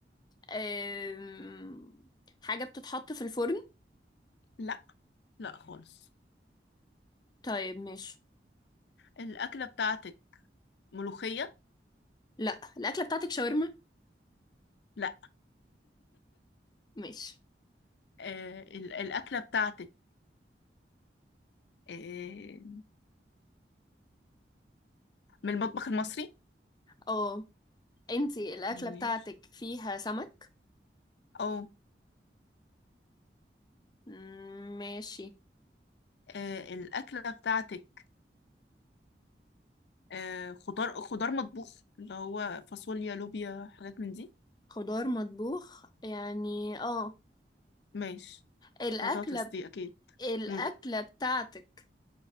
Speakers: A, on the left; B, on the left.
A: آم، حاجه بتتحط في الفرن
B: لا لا خالص
A: طيب ماشي
B: الأكلة بتاعتك ملوخية
A: لا الاكله بتاعتك شاورما
B: لا
A: ماشي
B: آه ال- الأكلة بتاعتك آه من المطبخ المصري
A: اه انتي الأكلة
B: ماشي
A: بتاعتك فيها سمك
B: أو
A: مم، ماشي
B: آه الأكلة بتاعتك آه خضار خضار مطبوخ اللي هو فاصوليا لوبيا حاجات من دي
A: خضار مطبوخ يعني اه
B: ماشي
A: الأكلة
B: بطاطس
A: ب...
B: دي اكيد
A: الأكلة
B: قولي
A: بتاعتك